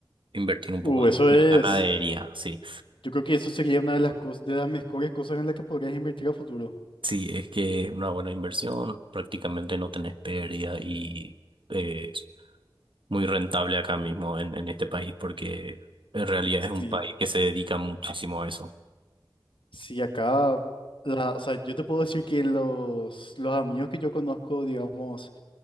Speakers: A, on the right (about 75°); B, on the left (about 75°).
A: invertir un poco
B: Uh,
A: en
B: eso
A: en
B: es.
A: ganadería, sí.
B: Yo creo que eso sería una de las cosas, de las mejores cosas en las que podrías invertir a futuro.
A: Sí, es que una buena inversión, prácticamente no tenés pérdida y eh, es muy rentable acá mismo en, en este país porque en realidad
B: Sí,
A: es un país que se dedica muchísimo a eso.
B: sí, acá, la, o sea, yo te puedo decir que los, los amigos que yo conozco, digamos,